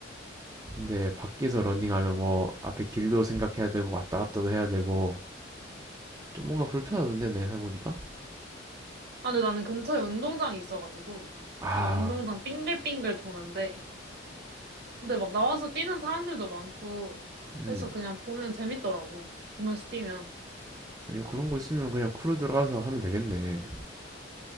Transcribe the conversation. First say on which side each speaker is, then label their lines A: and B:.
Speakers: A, on the right (about 20°); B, on the right (about 55°).
A: 근데 밖에서 런닝하면 뭐 앞에 길도 생각해야 되고 왔다 갔다도 해야 되고 좀 뭔가 불편하던데 내가 해보니까
B: 아, 근데 나는 근처에 운동장이 있어가지고,
A: 아
B: 그냥 운동장 빙글빙글 도는데, 근데 막 나와서 뛰는 사람들도 많고,
A: 음,
B: 그래서 그냥 보면 재밌더라고. 보면서 뛰면.
A: 그런 거 있으면 그냥 크루 들어가서 하면 되겠네.